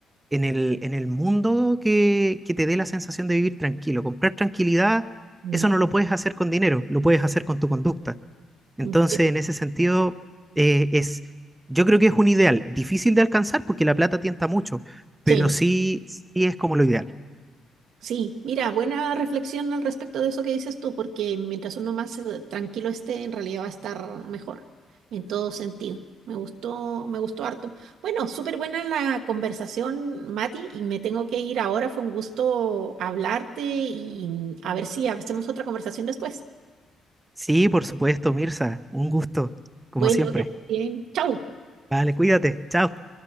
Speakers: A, on the right (about 20°); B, on the right (about 75°).
A: en el, en el mundo que, que te dé la sensación de vivir tranquilo. Comprar tranquilidad,
B: mm.
A: eso no lo puedes hacer con dinero, lo puedes hacer con tu conducta. Entonces,
B: Mm,
A: en ese sentido, eh, es, yo creo que es un ideal difícil de alcanzar porque la plata tienta mucho, pero
B: Sí,
A: sí, sí es como lo ideal.
B: Sí, mira, buena reflexión al respecto de eso que dices tú, porque mientras uno más eh, tranquilo esté, en realidad va a estar mejor en todo sentido. Me gustó, me gustó harto. Bueno, súper buena la conversación, Mati, y me tengo que ir ahora. Fue un gusto hablarte y mm, a ver si hacemos otra conversación después.
A: Sí, por supuesto, Mirza, un gusto, como
B: Bueno,
A: siempre.
B: que estés bien. Chau.
A: Vale, cuídate, chao.